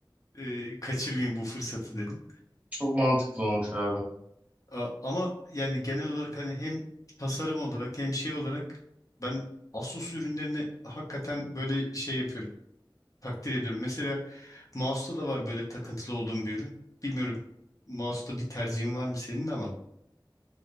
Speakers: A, on the left (about 45°); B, on the right (about 20°).
A: e, kaçırmayayım bu fırsatı dedim.
B: Çok mantıklı olmuş abi.
A: A- ama yani genel olarak hani hem tasarım olarak hem şey olarak ben Asus ürünlerini hakikaten böyle şey yapıyorum. Takdir ediyorum. Mesela mouse'da da var böyle takıntılı olduğum bir ürün. Bilmiyorum mouse'da bir tercihin var mı senin ama.